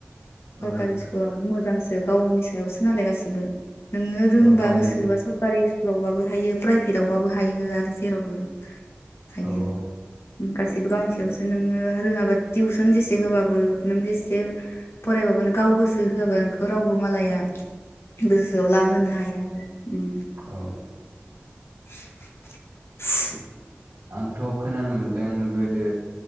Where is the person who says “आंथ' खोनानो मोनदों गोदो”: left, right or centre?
Right